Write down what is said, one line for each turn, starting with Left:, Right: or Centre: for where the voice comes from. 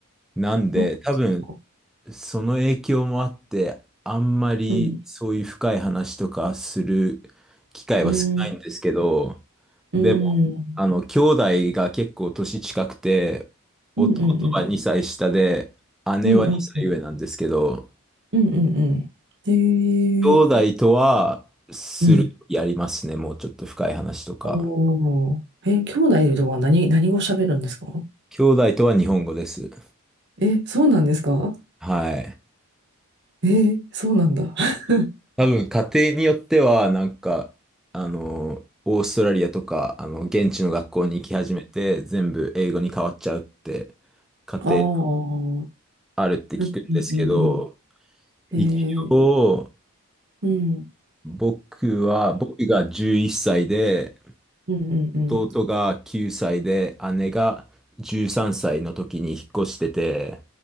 Centre: なんで、
Right: そっ
Centre: 多分、
Right: か。
Centre: その影響もあって、あんまりそういう深い話とかする
Right: うん
Centre: 機会は少ないんですけど、
Right: うん、う
Centre: でも、
Right: ん、
Centre: あの、兄弟が結構年近くて、弟は2歳下で、
Right: うんうんうん、
Centre: 姉は2歳上なんですけど、
Right: うんうん、うんうんうん。へ
Centre: 兄弟とはする、
Right: え、うん。
Centre: やりますね、もうちょっと深い話とか。
Right: おー。え、兄弟では何、何語喋るんですか
Centre: 兄弟とは日本語です。
Right: え、そうなんですか
Centre: はい。
Right: え、そうなんだ。<laughs>
Centre: 多分家庭によってはなんかあのオーストラリアとかあの現地の学校に行き始めて全部英語に変わっちゃうって家庭
Right: ああ、う
Centre: あるって聞くんですけど
Right: んうんうんうん。
Centre: 一応
Right: えー、うん、
Centre: 僕は僕が11歳で
Right: うんうんうん。
Centre: 弟が9歳で姉が13歳の時に引っ越してて